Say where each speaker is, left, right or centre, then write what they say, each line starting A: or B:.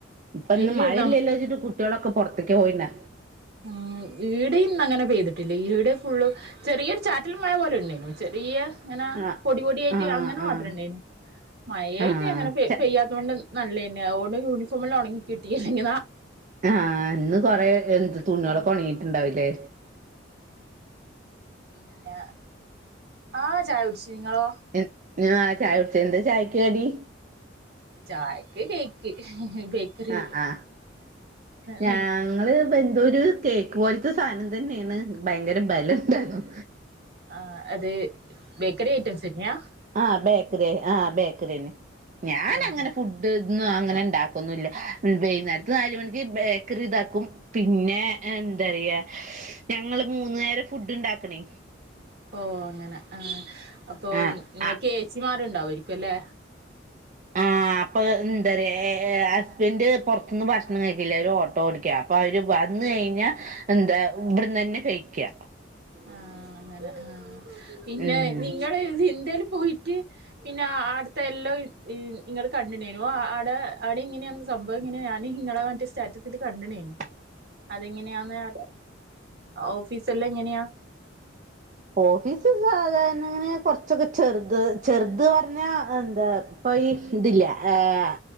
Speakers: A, on the right (about 40°); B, on the right (about 60°).
A: ഇപ്പൊ ഇന്ന്
B: ഇല്ല
A: മഴയില്ലല്ലോ
B: നം
A: വെച്ചിട്ട് കു കുട്ടിയോളൊക്കെ പൊറത്തേക്ക് പോയിനാ
B: ഉം ഈടെ ഇന്ന് അങ്ങനെ പെയ്തിട്ടില്ല ഈടെ ഫുള് ചെറിയൊരു ചാറ്റിൽ മഴ പോലെ ഉണ്ടായിരുന്നു ചെറിയ അങ്ങനെ
A: ആഹ്
B: പൊടി പൊടിയായിട്ട്
A: ആഹ്
B: അങ്ങനെ
A: ആഹ്
B: മാത്രം ണ്ടായിരുന്നു മഴയായിട്ട്
A: ആഹ്
B: അങ്ങനെ പ
A: ച
B: പെയ്യാത തുകൊണ്ട് നല്ലതെന്ന അവുകൊണ്ട് യൂണഫോമെല്ലാം ങണങ്ങി കിട്ടി ല്ലെങ്കിൽ നാ
A: ആഹ് ഇന്ന് കൊറെ എന്ത് തുണികളൊക്കെ
B: ആഹ്
A: ഒണങ്ങിട്ടുണ്ടാവില്ലേ
B: പിന്നെ ആ ചായ കുടിച്ചു നിങ്ങളോ
A: ആഹ് ചായ കുടിച്ച് എന്താ ചായക്ക്കടി
B: ചായക്ക് കേക്ക് ബേക്കറി
A: ആഹ് ആഹ് ഞാ
B: നീ
A: ഞങ്ങള് എന്തൂര് കേക്ക് പോലത്തെ സാധനം തന്നെയാണ് ഭയങ്കര ബലം ഇണ്ടായിരുന്നു.
B: ആഹ് അത് ബേക്കറി ഐറ്റംസ് തന്നെയാ
A: ആഹ് ബേക്കറി ആഹ് ബേക്കറിന്നെ ഞാനങ്ങനെ
B: ആഹ്
A: ഫുഡ്ഡ് ന്നും അങ്ങനെ ഇണ്ടാക്കൊന്നുല്ല വൈന്നേരത്ത് നാല് മണിക്ക് ബേക്കറി ഇതാക്കും പിന്നെ എന്തരിയാ ഞങ്ങള് മൂന്ന് നേരം ഫുഡ് ണ്ടാക്കണേ
B: ഓഹ് അങ്ങനെ ആഹ് അപ്പൊ
A: ആഹ്
B: ങ്ങക്ക്
A: ആഹ്
B: ഏചിമാരുണ്ടവുവയിരിക്കുല്ലേ
A: ആഹ് അപ്പൊ എന്തറയ ഹസ്ബന്റ് പൊറത്തന്ന് ഭക്ഷണം കഴിക്കില്ല ഓലു ഓട്ടോ ഓടിക്കാ അവര് വന്ന് കഴിഞ്ഞാ എന്താ ഇവിടെന്ന് തന്നെ കഴിക്ക
B: ആഹ് അങ്ങനെ ആഹ് പിന്നെ
A: ഉം
B: നിങ്ങൾ ന്തേൽ പോയി
A: <inaudible>
B: പിന്നെ ആട്ത്തെ എല്ലാം നിങ്ങൾ കണ്ടിണ്ടയ്നു ആ ആവിടെ ഇങ്ങനെയാണ് സംഭവം ഇങ്ങനെ ഞാൻ നിങ്ങളെ സ്റ്റാറ്റസിൽ കണ്ടണേനു
A: എ
B: അതെങ്ങനെയാന്ന് ആ ഓഫീസ് എല്ലാം എങ്ങനെയാ
A: ഓഫിസ് സാ ത ങ്ങനെ കൊറച്ചൊക്കെ ചെറുത് ചെറുത് പറഞ്ഞ എന്താ ഇപ്പൊ ഈ ഇതില്ല ഏഹ്